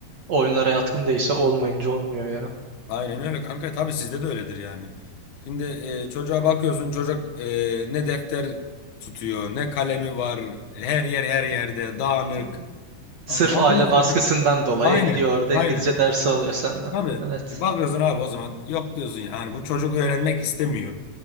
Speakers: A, on the right; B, on the left.
A: Oyunlara yatkın değilse olmayınca olmuyor ya.
B: Aynen öyle kanka. Tabii sizde de öyledir yani. Şimdi e, çocuğa bakıyorsun çocuk e, ne defter tutuyor ne kalemi var. Her yer her yerde dağınık.
A: Yani Sırf
B: Anla- Anlıyorsun.
A: aile baskısından
B: ki-
A: dolayı
B: Aynen.
A: gidiyor orada
B: Aynen.
A: İngilizce dersi alıyor senden.
B: Tabii.
A: Evet.
B: Bakıyorsun abi o zaman yok diyorsun yani bu çocuk öğrenmek istemiyor.